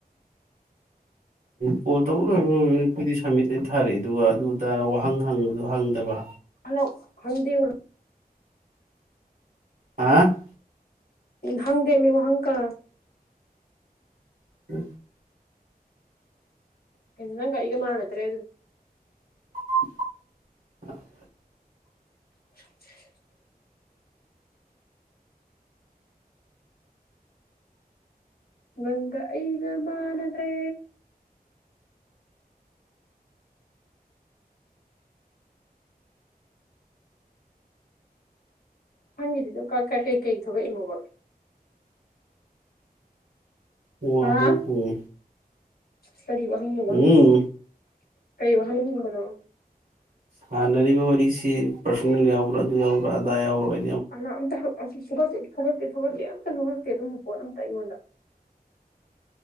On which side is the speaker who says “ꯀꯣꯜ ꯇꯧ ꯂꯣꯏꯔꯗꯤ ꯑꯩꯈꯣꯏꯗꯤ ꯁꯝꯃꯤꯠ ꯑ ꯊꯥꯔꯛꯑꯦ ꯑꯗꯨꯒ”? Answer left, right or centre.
Right